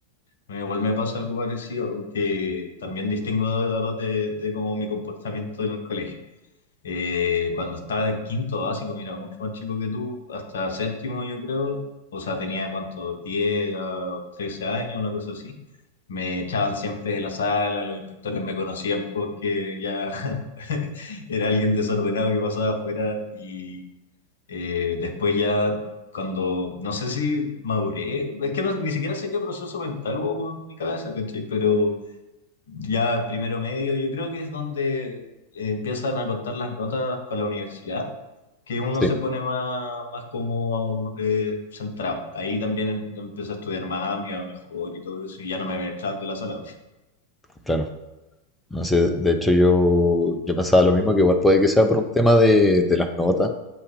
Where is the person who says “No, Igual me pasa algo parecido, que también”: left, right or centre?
Left